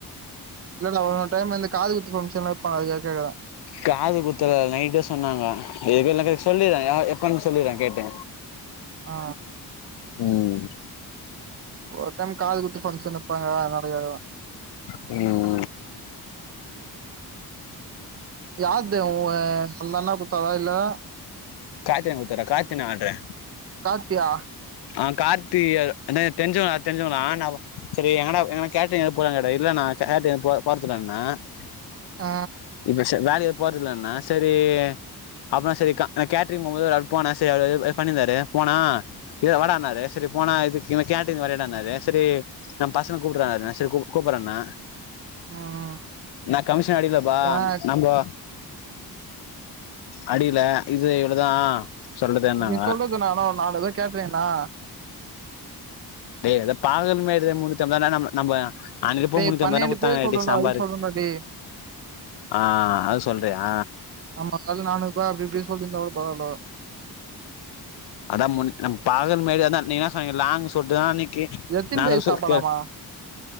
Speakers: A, on the right; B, on the left.
A: இல்ல டா அவ ஒரு டைம் வந்து காது குத்து பங்க்ஷன்ல இருப்பா அது தான <unintelligible>
B: காது குத்துல நைட்டே சொன்னாங்க இதுக்கு சொல்லிறே எப்போனு சொல்லிறே கேட்டு
A: ஆ
B: ம்
A: ஒரு டைம் காது குத்து பங்க்ஷன் வப்பாங்க அதடோய அதுவா
B: ம்
A: யார்து உ ஒ அந்த அண்ணா குத்தாதா இல்ல
B: காத்தி அண்ணா கொடுத்தாரே காத்தி அண்ணா ஆர்டரு <unintelligible>
A: காத்தியா
B: ஆ கார்த்தி தெரிஞ்சவங்களா தெரிஞ்சவங்களா நா செரி எடான கேட்டு போறாங்க கடா இல்ல நா போறதுரான <unintelligible>
A: ஆ
B: இப்போ செரி வேலக்கே போறதுல்லன்னா செரி அப்புடனா செரி கா நா கேட்ரிங் போகபோது அவளவு போனா செரி அவரு இது பண்ணிருந்தாரு போனா இது வாடானாரு செரி போனா இதுக்கு கேன்ண்டீன் வரையானாரு செரி நா பசங்க கூப்பிடுறேன செரி கூ கூப்பிடறேண்ணா
A: உம்
B: நா கமிஷன் அடிகலப்பா
A: ஏன்னா
B: நம்ம அடிக்கல இது இவ்ளோதா சொல்றதுன்னாங்க
A: நீ சொல்றது இன்னா நாவ் நான் எதுவும் கேக்லீங்ன்னா
B: டே ஏதா பாகல்ன் எதோ மூண்ணுத்தி அம்பதுனா நம் நம்ப அன்னிக்கி இப்போ
A: டேய்
B: முண்ணூத்தி
A: பன்னெண்டு
B: அம்பது தான குடுத்தாங்க
A: பேர் சொல்றோம்ல
B: இப்டி சாம்பாரு
A: அதுக்கு சொல்றேன்டா டேய்
B: ஆ அது சொல்றியா
A: நம்ம அதாவது நானூறு ரூபாய் அப்படி இப்படி சொல்லியிருந்தா கூட பரவாயில்ல
B: அதா முன் நம் பாகல் மாரி தான நீங்க இன்னா சொன்னீங்க லாங்கு சொல்ட்டு தா அன்னிக்கு
A: எத்தனை
B: நாங்கள்
A: பேர்
B: சு
A: சாப்பாடாமா
B: கேள்